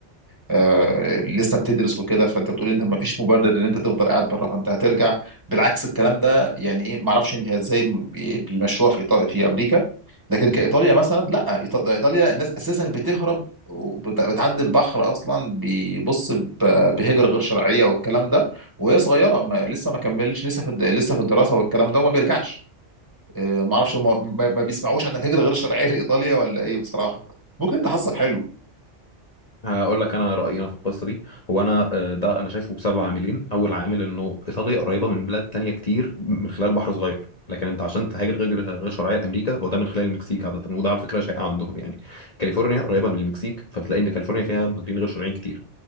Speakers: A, on the right (about 15°); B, on the left (about 35°).
A: آه، لسه بتدرس وكده فانت بتقول انت ما فيش مبرر ان انت تفضل قاعد بره فانت هترجع بالعكس الكلام ده يعني ايه ما اعرفش انت ازاي بي- بيمشوها في إيطاليا في امريكا لكن كايطاليا مثلا لا إيط- ده ايطاليا الناس اساسا بتهرب وبتعدي البحر اصلا بيبص ب- بهجره غير شرعيه والكلام ده وهي صغيره ما لسه ما كملش لسه في الد- لسه في الدراسه والكلام ده وما بيرجعش آه، ما اعرفش هم ما ما بيسمعوش عن الهجره غير الشرعيه لايطاليا ولا ايه بصراحه ممكن انت حظك حلو
B: هقول لك انا رايي انا في القصه دي هو انا آه، ده انا شايفه بسبب عاملين اول عامل انه ايطاليا قريبه من بلاد تانية كتير من خلال بحر صغير لكن انت عشان تهاجر غير غير شرعيه لامريكا هو ده من خلال المكسيك عاده وده على فكره شائع عندهم يعني كاليفورنيا قريبه من المكسيك فبتلاقي ان كاليفورنيا فيها مهاجرين غير شرعيين كتير